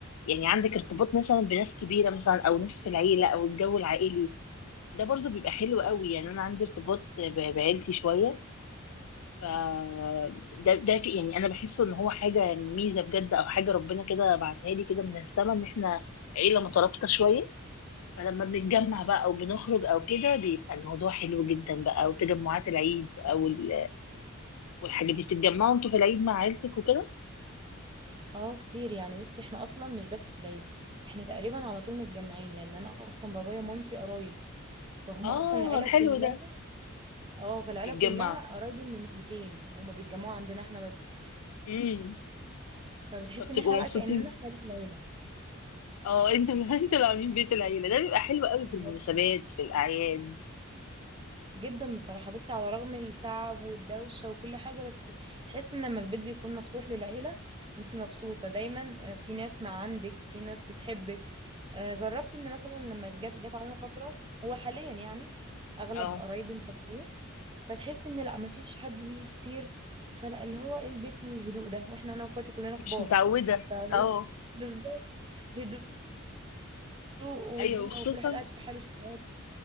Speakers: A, on the left; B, on the right.
A: يعني عندك ارتباط مثلا بناس كبيره مثلا او ناس في العيله او الجو العائلي ده برضو بيبقى حلو قوي يعني انا عندي ارتباط ب- بعيلتي شويه ف ده ده ك- يعني انا بحسه ان هو حاجه ميزه بجد او حاجه ربنا كده بعتها لي كده من السما ان احنا عيله مترابطه شويه فلما بنتجمع بقى او بنخرج او كده بيبقى الموضوع حلو جدا بقى وتجمعات العيد او ال- والحاجات دي بتتجمعوا انتوا في العيد مع عيلتك وكده
B: اه كتير يعني بصي احنا اصلا مش بس في العيد احنا تقريبا على طول متجمعين لان انا اصلا بابايا ومامتي قرايب فهم
A: اه
B: اصلا العيله كلها
A: حلو ده
B: اه فالعيله
A: بيتجمعوا
B: كلها قرايب من ناحيتين هما بيتجمعوا عندنا احنا بس
A: امم
B: فبتحس
A: فبتبقوا
B: ان احنا بقى
A: مبسوطين
B: كاننا احنا بيت العيله
A: اه انت <laughs> انت اللي عاملين بيت العيله ده بيبقى حلو قوي
B: بالظبط
A: في المناسبات في الاعياد
B: جدا بصراحة بصي على رغم التعب والدوشة وكل حاجة بس تحس ان لما البيت بيكون مفتوح للعيلة انتي مبسوطة دايما آه، في ناس مع عندك في ناس بتحبك آه، جربت ان مثلا لما جت جت علينا فترة هو حاليا يعني اغلب
A: اه
B: قرايبي مسافرين فتحس ان لا مفيش حد بيه كتير فلا اللي هو ايه البيت الهدوء ده واحنا انا واخواتي كلنا كبار
A: مش متعوده
B: ف
A: اه
B: بالظبط هدوء والدنيا
A: ايوه وخصوصا
B: وكل حد قاعد في حاله اشتغال